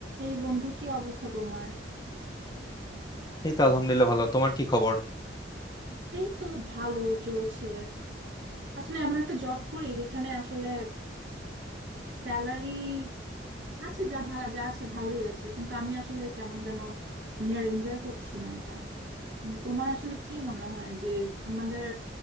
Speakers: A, on the right; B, on the left.
A: এই বন্ধু কি অবস্থা তোমার
B: এই তো আলহামদুলিল্লাহ ভালো তোমার কি খবর
A: এই তো ভালো চলছে আসলে এমন একটা জব করি যেখানে আসলে স্যালারি আছে যা ভাড়া যা আছে ভালোই আছে কিন্তু আমি আসলে কেমন যেন আমি আর এনজয় করছি না এটা উম, তোমার আসলে কি মনে হয় যে আমাদের